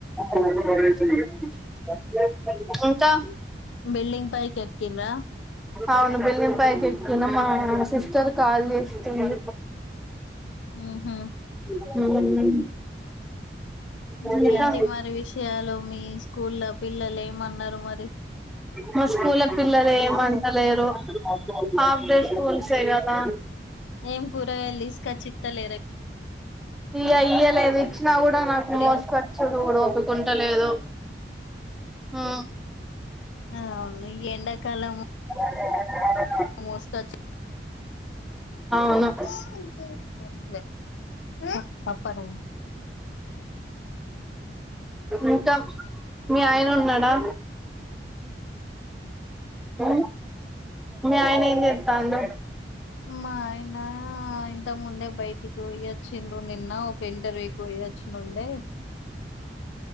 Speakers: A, in the centre; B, on the left.
A: <unintelligible> ఇంకా
B: బిల్డింగ్ పైకి ఎక్కిండ్రా
A: అవును బిల్డింగ్ పై కి ఎక్కినం మా సిస్టర్ కల్ చేస్తూంది
B: ఊ హు
A: <unintelligible>
B: ఇంకేంటి
A: ఇంకా
B: మరి విషయాలు మీ స్కూల్ లో పిల్లలు ఏమన్నారు మరి <inaudible>
A: మా స్కూల్ పిల్లలు ఏమంటలేరు ఆప్ డే స్కూల్స్ ఏ కదా
B: ఏం కూరగాయలు తీసుకొచ్చి ఇత్తలేరా
A: ఇ య యే లేదు ఇచ్చినా కూడా నాకు
B: ఇప్పుడిగా
A: మోసుకొచ్చె ఓపిక కూడ లేదు అ
B: ఆ అవును లే ఈ ఎండాకాలము
A: <inaudible>
B: ఆ మసుకొచ్చ
A: అవును
B: ఎ ఏంది మ ఇది పప్పు అట వెయ్
A: ఇంకా మీ ఆయన ఉన్నాడా హు మీ ఆయన ఏం చెస్తాండు
B: మా ఆయన ఇంతకు ముందే బయటికి పోయ వచ్చిండు నిన్న టెండర్ అయిపొయ్యి వచ్చిన నుండే